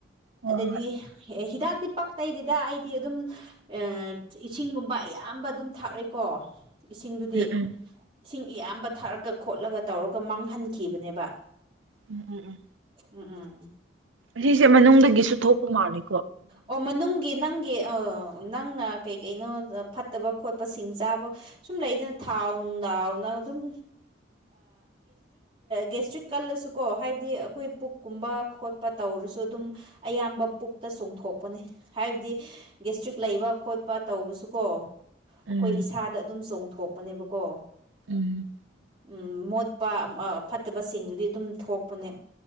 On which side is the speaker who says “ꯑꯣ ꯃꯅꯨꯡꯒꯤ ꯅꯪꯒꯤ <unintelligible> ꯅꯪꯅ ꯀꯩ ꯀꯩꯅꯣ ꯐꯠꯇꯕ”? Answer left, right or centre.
Right